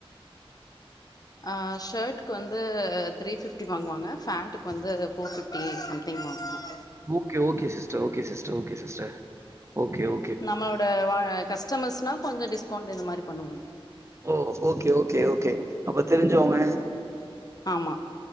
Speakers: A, on the left (about 40°); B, on the right (about 30°).
A: ஆ ஷ்ஷாட்க்கு வந்து த்ரீ பிஃப்டி வாங்குவாங்க ஃபேண்டுக்குவந்து ஃபோர் பிஃப்டி சம்தி்ங் வாங்குவாங்க
B: okay okay sister okay sister okay sister okay ஓ
A: நம்மளோட வ கஸ்டமர்ஸ்னா கொஞ்ச டிஸ்கவுண்ட் இது மாரி பண்ணுவாங்க
B: ஓ ஓகே ஓகே ஓகே அப்ப தெரிஞ்சவங்க
A: ஆமா